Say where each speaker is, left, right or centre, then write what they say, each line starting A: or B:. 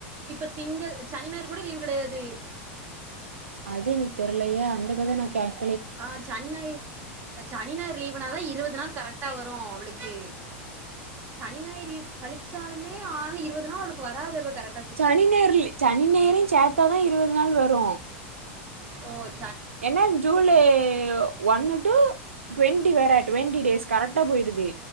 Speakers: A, on the right (about 30°); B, on the right (about 80°).
A: இப்ப திங்கள் சனி ஞாயிறு கூட லீவ் கிடையாது
B: அது எனக்கு தெர்லயே அந்த கத நா கேக்
A: ஆ சன் ஞாயிர் சனி ஞாயிறு லீவுனாதா இருவது நாள் கரெக்டா வரு அவளுக்கு சனி ஞாயிர் லீவ் கழிச்சாலுமே ஆனாலு இருவது நாள் அவளுக்கு வராது அவ கரெட்
B: சனி ஞாயிர் லீ சனி ஞாயிரயு சேத்தாதா இருவது நாள் வரு
A: ஓஹ்
B: என்ன ஜூலே ஓ ஒன்னு டூ டுவெண்ட்டி வேற டுவெண்ட்டி டேஸ் கரெக்டா போயிருது